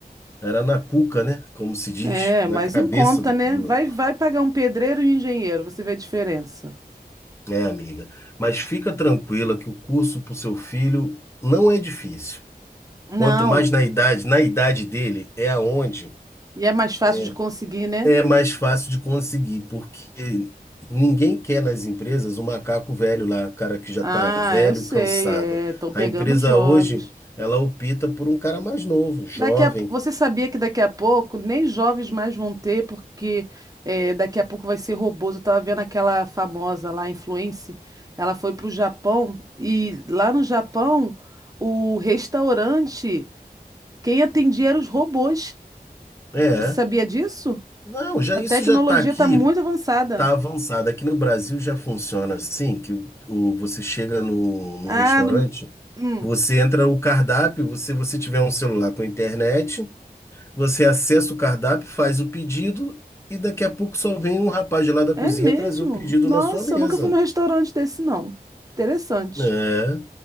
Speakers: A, on the left (about 15°); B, on the right (about 20°).
A: era na cuca, né? Como se diz,
B: É,
A: na
B: mas
A: cabeça
B: em conta,
A: do,
B: né?
A: do...
B: Vai, vai pagar um pedreiro e um engenheiro, você vê a diferença.
A: É, amiga. Mas fica tranquila que o curso para o seu filho não é difícil.
B: Não,
A: Quanto mais na idade, na idade dele, é aonde
B: e é mais fácil
A: é,
B: de conseguir, né?
A: é mais fácil de conseguir, porque ninguém quer nas empresas o macaco velho lá, o cara que já
B: Ah,
A: está velho,
B: eu sei,
A: cansado.
B: é, estão
A: A
B: pegando
A: empresa
B: os jovens.
A: hoje, ela opta por um cara mais novo, jovem.
B: Daqui a, você sabia que daqui a pouco nem jovens mais vão ter, porque é, daqui a pouco vai ser robôs. Eu tava vendo aquela famosa lá, influencer, ela foi pro Japão e lá no Japão o restaurante, quem atendia eram os robôs.
A: É,
B: Você sabia disso?
A: não, já
B: A
A: isso
B: tecnologia
A: já está aqui,
B: está muito avançada.
A: está avançado. Aqui no Brasil já funciona assim, que o, o- você chega no, no
B: Ah,
A: restaurante,
B: no, hum.
A: você entra o cardápio, você, você tiver um celular com internet. Você acessa o cardápio, faz o pedido e daqui a pouco só vem um rapaz de lá da
B: É
A: cozinha
B: mesmo?
A: trazer o pedido
B: Nossa,
A: na sua mesa.
B: eu nunca fui num restaurante desse, não. Interessante.
A: É,